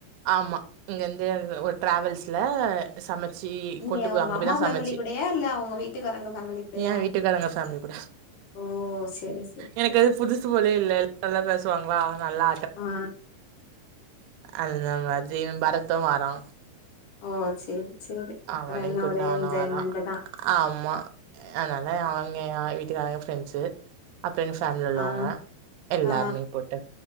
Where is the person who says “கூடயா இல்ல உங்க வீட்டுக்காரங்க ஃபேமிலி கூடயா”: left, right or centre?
Left